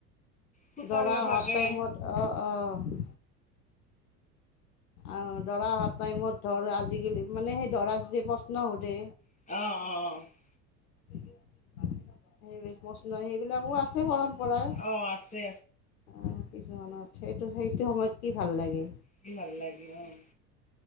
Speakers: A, on the left; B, on the left.
A: চোতাল
B: দৰা
A: নাথাকে।
B: অহা টাইমত অ' অ'। অ' দৰা অহা টাইমত ধৰ আজিকালি মানে, সেই দৰাক যে প্ৰশ্ন সুধে।
A: অ' অ' অ'।
B: সেইবি প্ৰশ্ন, সেইবিলাকো আছে পৰম্পৰা।
A: অ' আছে।
B: অ' কিছুমানত। সেইটো সেইটো সময়ত কি ভাল লাগে?
A: কি ভাল লাগে অ'।